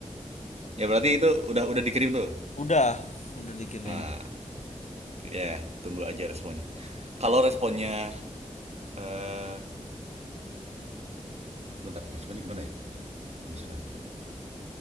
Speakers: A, on the right (about 55°); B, on the left (about 65°).
A: ya berarti itu udah udah dikirim tuh
B: udah udah dikirim
A: nah ya yeah, tunggu aja responnya kalau responnya eh bentar responnya gimana ya misalkan